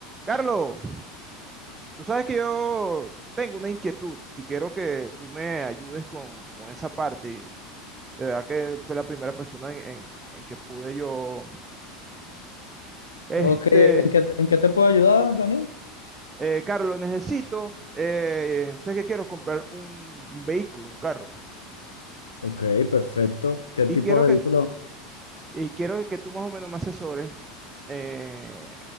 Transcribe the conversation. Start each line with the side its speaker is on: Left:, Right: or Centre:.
Right: Carlos, tú sabes que yo tengo una inquietud y quiero que tú me ayudes con, con esa parte. Y de verdad que fue la primera persona en, en- en que pude yo. Este,
Left: Ok, ¿en qué, en qué te puedo ayudar, Daniel?
Right: eh, Carlos, necesito, eh, sé que quiero comprar un, un vehículo, un carro,
Left: Ok, perfecto. ¿Qué
Right: y
Left: tipo
Right: quiero
Left: de
Right: que,
Left: vehículo?
Right: y quiero que tú más o menos me asesores eh,